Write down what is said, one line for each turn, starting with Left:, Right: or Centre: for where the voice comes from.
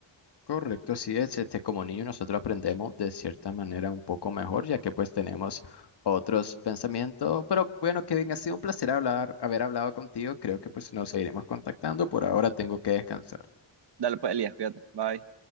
Left: Correcto, así es, este, como niño nosotros aprendemos de cierta manera un poco mejor, ya que pues tenemos otros pensamientos, pero bueno, Kevin, ha sido un placer hablar, haber hablado contigo, creo que pues nos seguiremos contactando, por ahora tengo que descansar.
Right: Dale pues, Elías, cuídate. Bye.